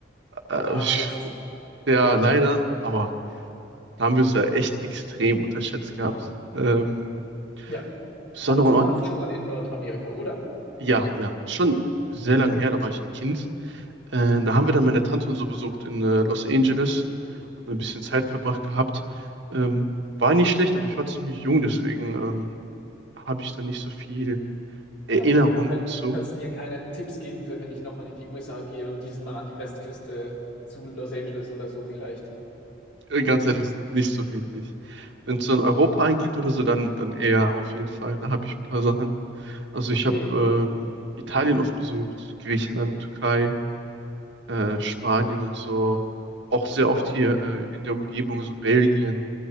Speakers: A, on the right (about 65°); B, on the left (about 65°).
A: Äh,
B: Ah,
A: ich-
B: Mist.
A: Ja, leider. Aber da haben wir es ja echt extrem unterschätzt gehabt. Ähm,
B: Ja,
A: besonderen
B: aber du
A: Ort,
B: warst schon mal in Nordamerika, oder?
A: ja, ja, schon sehr lange her. Da war ich ein Kind. Äh, da haben wir dann meine Tante und so besucht in äh, Los Angeles. Haben ein bisschen Zeit verbracht gehabt. Ähm, war nicht schlecht, aber ich war ziemlich jung, deswegen ähm, habe ich da nicht so viel Erinnerung
B: Ja, das heißt,
A: zu.
B: du kannst mir keine Tipps geben für, wenn ich nochmal in die USA gehe und diesmal an die Westküste zu Los Angeles oder so vielleicht.
A: Äh, Ganz ehrlich, nicht so wirklich. Wenn es so in Europa eingeht oder so, dann, dann eher auf jeden Fall. Da habe ich ein paar Sachen. Also
B: Okay,
A: ich habe ähm, Italien oft besucht, Griechenland, Türkei. äh, Spanien und so. Auch sehr oft hier äh, in der Umgebung, so Belgien,